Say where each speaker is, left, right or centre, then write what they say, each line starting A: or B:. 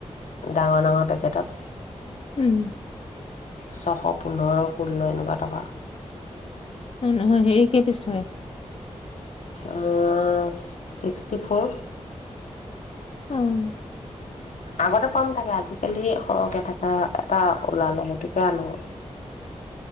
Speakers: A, on the left; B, on the left.
A: ডাঙৰ ডাঙৰ পেকেটত,
B: উম!
A: ছশ পোন্ধৰ ষোল্ল এনেকুৱা টকা।
B: অ' নহয় হেৰি কেই পিছ ধৰে?
A: অ' ছিক্সটি ফ'ৰ।
B: অ'।
A: আগতে কম থাকে। আজিকালি সৰহ কে থকা এটা ওলালে সেইটো আনো।